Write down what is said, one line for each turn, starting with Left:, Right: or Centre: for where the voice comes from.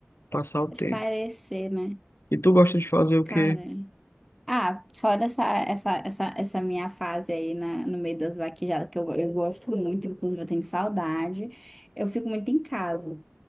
Left: passar o
Centre: Mas
Left: tempo.
Centre: parecer, né?
Left: E tu gosta de fazer o
Centre: Cara.
Left: quê?
Centre: Ah, fora essa, essa, essa, essa minha fase aí na, no meio das vaquejadas, que eu, eu gosto muito, inclusive eu tenho saudade. Eu fico muito em casa.